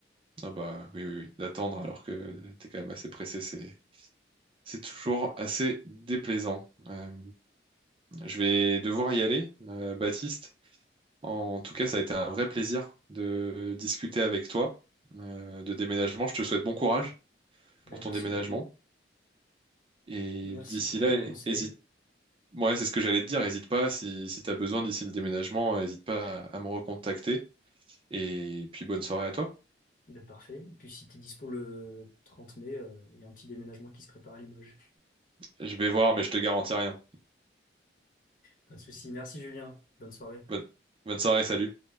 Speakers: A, on the right; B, on the left.
A: Ah bah oui, oui, oui, d'attendre alors que t'es quand même assez pressé, c'est, c'est toujours assez déplaisant. Euh, je vais devoir y aller, euh, Baptiste. En tout cas, ça a été un vrai plaisir de discuter avec toi euh, de déménagement. Je te souhaite bon courage
B: Ben,
A: pour ton
B: merci
A: déménagement.
B: beaucoup.
A: Et
B: Merci
A: d'ici
B: pour
A: là,
B: tes conseils.
A: hésite. Ouais, c'est ce que j'allais te dire. Hésite pas si, si tu as besoin d'ici le déménagement, hésite pas à, à me recontacter. Et puis bonne soirée à toi.
B: Ben, parfait. Et puis si tu es dispo le 30 mai, euh, il y a un petit déménagement qui se prépare à Limoges.
A: Je vais voir, mais je te garantis rien.
B: Pas de souci. Merci Julien. Bonne soirée.
A: Bonne, bonne soirée, salut.